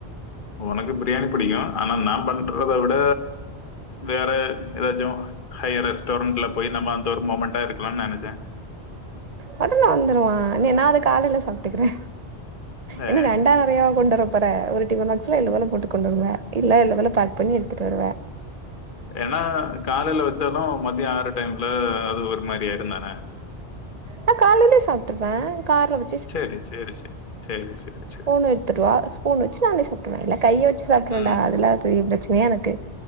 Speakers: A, on the left (about 50°); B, on the right (about 40°).
A: உனக்கு பிரியாணி புடிக்கு ஆனா நா பண்றத விட வேற ஏதாச்சு ஹையர் ரெஸ்டாரண்ட்ல போய் நம்ம அந்த ஒரு மூமெண்டா இருக்கலாம்னு நினைச்சே
B: மட்டல்ல வந்துருவா நீ நா அத காலையில சாப்பிட்டுக்கறே
A: அ.
B: என்னரெண்டாதுஅறையாவா கொண்டு வர போறே ஒரு டிஃபன் பாக்ஸ்ல எனக் ஒன்னு போட்டு கொண்டு வருவ
A: ம்
B: இல்ல எள்ளு போல பேக் பண்ணி
A: ம்
B: எடுத்துட்டு வருவ
A: ஏன்னா காலையில வச்சாலு மதியான டைம்ல அது ஒரு மாரியாயிருந்தானே அ
B: நா காலிலயே சாப்ட்டுப்பே கார்ல வச்
A: சரி சரி சரி சரி சரி,
B: ஸ்பூன்
A: சரி.
B: எடுத்துட்டுவா ஸ்பூன் வச்சு நானே சாப்ட்ருவே இல்ல கைய வச் எடுத்து சாப்பிடுறவன்டா
A: ம்.
B: அதுல்லா பெரிய பிரச்சனையா எனக்கு